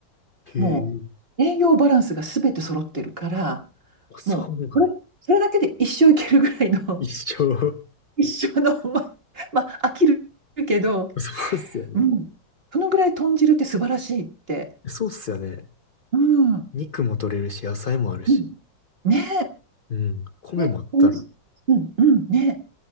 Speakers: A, on the left; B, on the right.
A: へえ。
B: もう栄養バランスがすべて揃ってるから、
A: あそうなんや
B: もう、これそれだけで一生いけるぐらいの、
A: 一緒。
B: <laughs> 一生の、まあ、まあ飽きるけど、
A: <laughs> そうっすよね。
B: うん。そのぐらい豚汁って素晴らしいって。
A: そうっすよね。
B: うん。
A: 肉も取れるし、野菜もあるし。
B: うんねえ。
A: うん。米もあったら。
B: ね、おみうん、うん、ねえ。